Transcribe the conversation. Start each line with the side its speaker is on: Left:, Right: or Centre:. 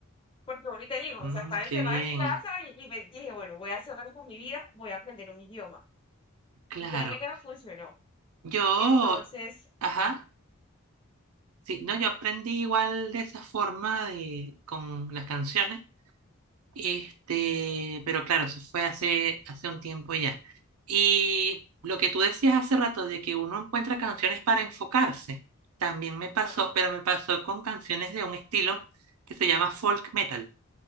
Left: Porque ahorita te digo,
Right: Mm,
Left: o sea, estaba
Right: qué
Left: encerrada
Right: bien.
Left: en mi casa y, y me dije, bueno, voy a hacer algo con mi vida, voy a aprender un idioma.
Right: Claro.
Left: Y créeme que no funcionó.
Right: Yo,
Left: Entonces,
Right: ajá,
Left: am-
Right: sí, no, yo aprendí igual de esa forma de, con las canciones. Este, pero claro, eso fue hace, hace un tiempo ya. Y lo que tú decías hace rato de que uno encuentra canciones para enfocarse, también me pasó,
Left: ah,
Right: pero me pasó con canciones de un estilo que se llama folk metal.